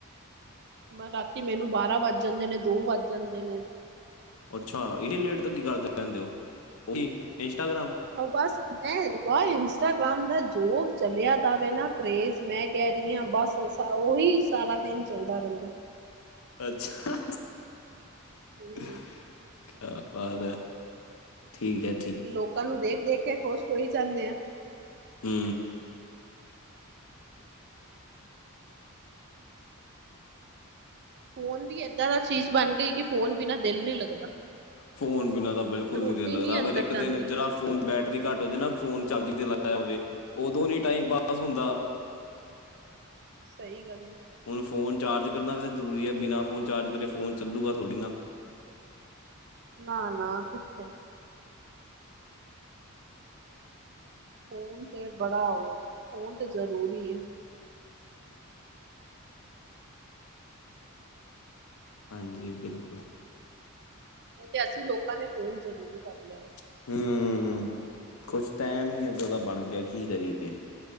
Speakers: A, on the right (about 50°); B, on the left (about 75°).
A: ਮ ਰਾਤੀ ਮੈਨੂੰ ਬਾਰਾਂ ਵੱਜ ਜਾਂਦੇ ਨੇ, ਦੋ ਵੱਜ ਜਾਂਦੇ ਨੇ।
B: ਅੱਛਾ! ਇਨੀ ਲੇਟ ਤੋਂ ਕੀ ਕਰਦੇ ਰਹਿੰਦੇ ਹੋ, ਓਹੀ ਇੰਸਟਾਗ੍ਰਾਮ।
A: ਬਸ ਮੈਂ ਬਸ ਇੰਸਟਾਗ੍ਰਾਮ ਦਾ ਜੋ ਚਲਿਆ ਦਾ ਵੇ ਨਾ ਕਰੇਜ ਮੈਂ ਕਹਿ ਰ ਬਸ ਉਹੀ ਸਾਰਾ ਦਿਨ ਚੱਲਦਾ ਰਹਿੰਦਾ।
B: ਅੱਛਾ।
A: ਹਮ
B: ਕਿਆ ਬਾਤ ਐ, ਠੀਕ ਐ।
A: ਲੋਕਾਂ ਨੂੰ ਦੇਖ-ਦੇਖ ਕੇ ਖੁਸ਼ ਹੋਈ ਜਾਂਨੇ ਆ।
B: ਹੂ।
A: ਫੋਨ ਵੀ ਏਦਾਂ ਦਾ ਚੀਜ਼ ਬਣ ਗਈ, ਕਿ ਫੋਨ ਬਿਨਾਂ ਦਿਲ ਨੀ ਲੱਗਦਾ।
B: ਫੋਨ ਬਿਨਾਂ ਤਾਂ ਬਿਲਕੁਲ
A: ਰੋਟੀ
B: ਨੀ ਦਿਲ ਲੱਗਦਾ, ਅਗਰ
A: ਅੰਦਰ
B: ਇੱਕ
A: ਜਾਂਦੀ
B: ਦਿਨ ਜਰਾ ਫੋਨ ਦੀ ਬੈਟਰੀ ਘੱਟ ਹੋ ਜੇ ਨਾ, ਫੋਨ ਚਾਰਜਿੰਗ ਤੇ
A: ਫੋਨ
B: ਲਾਇਆ ਹੋਵੇ, ਉਦੋਂ ਨੀ ਟਾਈਮ ਪਾਸ ਹੁੰਦਾ।
A: ਸਹੀ ਗੱਲ ਐ।
B: ਹੁਣ ਫੋਨ ਚਾਰਜ ਕਰਨਾ ਵੀ ਤਾਂ ਜ਼ਰੂਰੀ ਹੈ, ਬਿਨਾਂ ਫੋਨ ਚਾਰਜ ਕਰੇ ਫੋਨ ਚੱਲੂਗਾ ਥੋੜ੍ਹੀ ਨਾ।
A: ਨਾ -ਨਾ ਕਿੱਥੇ। ਫੋਨ ਤੇ ਬੜਾ ਉਹ ਹੋ ਗਿਆ, ਫੋਨ ਤੇ ਜ਼ਰੂਰੀ ਹੈ।
B: ਹਾਂਜੀ, ਬਿਲਕੁਲ।
A: ਓ ਤੇ ਅਸੀਂ ਲੋਕਾਂ ਨੇ ਫੋਨ ਜ਼ਰੂਰੀ ਕਰ ਲਿਆ ਏ।
B: ਹੂ, ਹੂ, ਹੂ ਕੁਛ ਟੈਮ ਹੀ ਏਦਾਂ ਦਾ ਬਣ ਗਿਆ, ਕੀ ਕਰੀਏ?